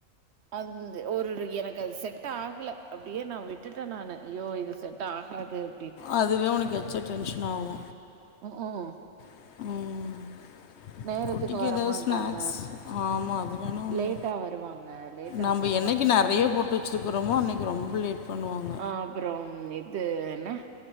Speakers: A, on the right (about 65°); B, on the left (about 65°).
A: அந்து ஓரிரு எனக்கு அது செட் ஆகல அப்டியே நா விட்டுட்டே நானு அய்யோ இது செட் டாகாது அப்டின்
B: அதுவே உனக்கு எச்சா டென்ஷன் ஆவு
A: ம்ம்
B: ம்
A: நேரத்துக்கு
B: குட்டிக்கு
A: வரமாட்டாங்க
B: ஏதாவ் ஸ்நாக்ஸ் ஆமா அது வேணா ஒண்ணு
A: லேட்டா வருவாங்க லேட்டா
B: நம்ப
A: போவாங்க
B: என்னைக்கு நெறைய போட் டு வச்சிருக்கிறோமோ அன்னைக்கு ரொம்ப லேட் பண்ணுவாங்க
A: ஆ அப்புறோ இது என்ன